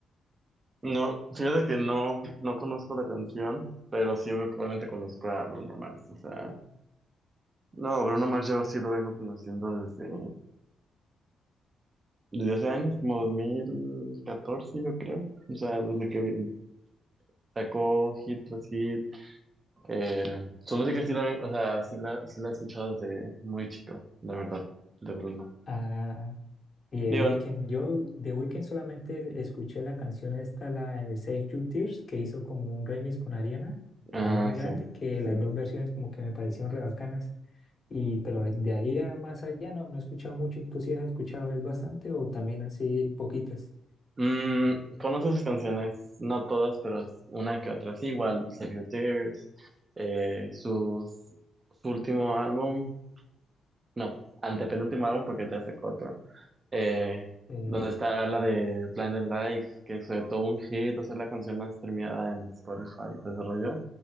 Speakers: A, on the right; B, on the left.
A: No, fíjate que no, no conozco la canción, pero sí obvi- obviamente conozco a Bruno Mars, o sea, no, Bruno Mars yo sí lo vengo conociendo desde, desde hace años, como dos mil catorce yo creo, o sea, desde que vi- sacó hit así, eh, su música sí la, ven- o sea, sí la, sí la he escuchado desde muy chico, la verdad, de Bruno.
B: Ah, y The
A: Digo,
B: Weeknd, yo The Weeknd solamente escuché la canción esta, la de Save Your Tears, que hizo como un remix con Ariana,
A: ah,
B: Ariana Grande,
A: sí.
B: que las
A: Sí.
B: dos versiones como que me parecieron re bacanas. Y, pero a- de ahí a más allá no, no he escuchado mucho. ¿Tú sí has escuchado él bastante o también así poquitas?
A: Mm, conozco sus canciones, no todas, pero una que otra sí, igual, Save Your Tears, eh, sus- su último álbum, no, antepenúltimo álbum porque te sacó otro, eh,
B: Eh,
A: donde está la de Blinded Lights, que fue todo un hit, o sea, la canción más streameada en Spotify y todo ese rollo,